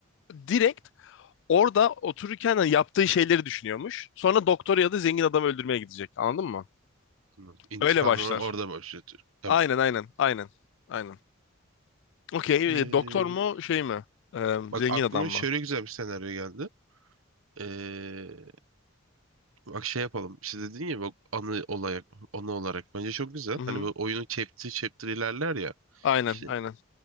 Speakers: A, on the left; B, on the right.
A: direkt orada otururken hani yaptığı şeyleri düşünüyormuş. Sonra doktor ya da zengin adam öldürmeye gidecek. Anladın mı?
B: anladım. İntikamı
A: Öyle başlar.
B: orada başlatıyor. Ya,
A: Aynen aynen aynen aynen. Okey
B: e,
A: e, doktor mu şey mi? Ee,
B: bak
A: zengin
B: aklıma
A: adam mı?
B: şöyle güzel bir senaryo geldi. Ee, bak şey yapalım. İşte dedin ya bak anı olarak, anı olarak bence çok güzel.
A: Hı-hı.
B: Hani böyle oyunu chapter chapter ilerler ya.
A: Aynen
B: İşte
A: aynen